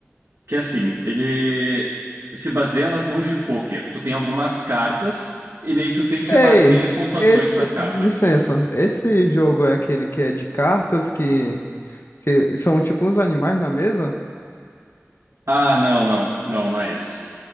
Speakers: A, on the right; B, on the left.
A: Que assim, ele se baseia nas mãos de pôquer. Tu tem algumas cartas e daí tu tem que
B: Ei,
A: bater pontuações
B: esse.
A: com as cartas.
B: Licença. Esse jogo é aquele que é de cartas que. Que são tipo uns animais na mesa?
A: Ah, não, não, não, não é esse.